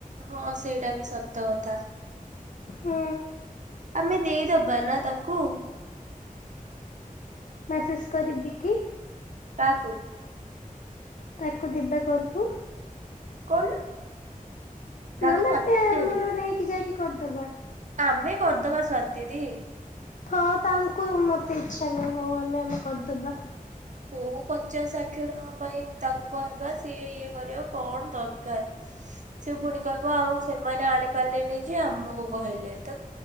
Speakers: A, on the right; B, on the left.
A: ହଁ ସେଇଟା ବି ସତ କଥା।
B: ହୁଁ।
A: ଆମେ ଦେଇଦବା ନା ତାକୁ।
B: ମ୍ୟାସେଜ କରିବି କି?
A: କାଆକୁ?
B: ତାକୁ ଦିବାକରକୁ।
A: କରୁନୁ। ତାକୁ
B: ନହେଲେ
A: ପଚାରିବ।
B: ଆମେ ଆମର ନେଇକି ଯାଇକି କରିଦବା।
A: ଆମେ କରିଦବା ସ୍ଵାତି ଦି।
B: ହଁ ତାଙ୍କୁ ମତେ ଇଚ୍ଛା ନାହିଁ, ହଉ ଆମେ ଆମେ କରିଦବା।
A: ହୋଉ ପଚାଶ ଷାଠିଏ ଟଙ୍କା ପାଇଁ ତାକୁ କହିବା, ସିଏ ଇଏ କରିବ କଣ ଦରକାର?
B: <unintelligible>
A: ସେ ପୁଣି କହିବ ଆଉ ସେମାନେ ଆଣିପାରିଲେଇନେଇ ଯେ ଆମକୁ କହିଲେ, ତ